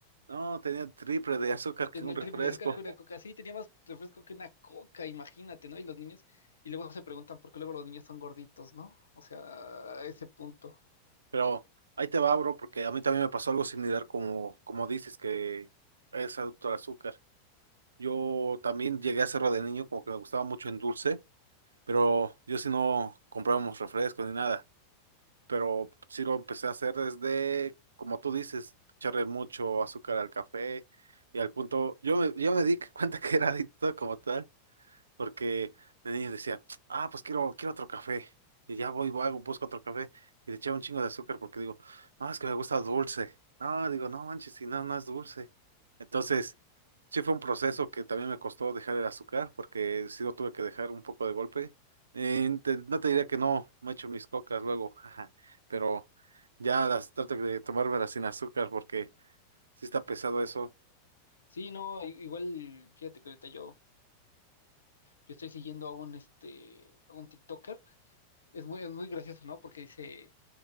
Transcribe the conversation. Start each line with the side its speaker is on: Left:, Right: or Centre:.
Right: no, tenía triple de azúcar que
Left: Tenía
Right: un
Left: el
Right: refresco,
Left: triple de azúcar que una coca. Sí, tenía más refresco que una coca, imagínate, ¿no? Y los niños, y luego se preguntan por qué luego los niños son gorditos, ¿no? O sea, a ese punto.
Right: pero ahí te va, bro, porque a mí también me pasó algo similar como, como dices, que es adicto al azúcar. Yo también llegué a hacerlo de niño, como que me gustaba mucho en dulce. pero yo sí no comprábamos refrescos ni nada, pero sí lo empecé a hacer desde, como tú dices, echarle mucho azúcar al café y al punto, yo me, yo me di <laughs> cuenta que era adicto como tal porque de niño decía, ah, pues quiero, quiero otro café. Y ya voy, hago- busco otro café y le echaba un chingo de azúcar porque digo, no, es que me gusta dulce. No, digo, no manches, si no, no es dulce. Entonces, sí fue un proceso que también me costó dejar el azúcar porque sí lo tuve que dejar un poco de golpe. Eh, te- no te diría que no, no he hecho mis cocas luego, <laughs> jaja, pero ya las trato de tomármelas sin azúcar porque sí está pesado eso.
Left: Sí, no, i- igual, fíjate que ahorita yo, yo estoy siguiendo a un, este, a un TikToker. Es muy, es muy gracioso, ¿no? Porque dice